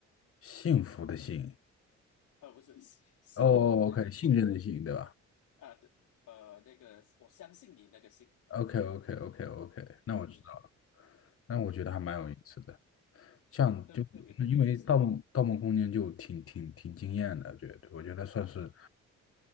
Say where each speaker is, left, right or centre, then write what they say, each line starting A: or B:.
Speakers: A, on the left (about 50°); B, on the left (about 80°).
A: 幸福的幸。
B: 呃，不是信信那个怎么说
A: 哦哦哦，OK，信任的信，对吧
B: 啊？对，呃，那个我相信你那个信，
A: ？OK，OK，OK，OK，那我知道了。
B: 嗯，嗯
A: 那我觉得还蛮有意思的。
B: 对，
A: 像就因为《盗梦盗梦空间》就挺挺挺惊艳的，
B: 特特别特别有意思。
A: 觉得我觉得算是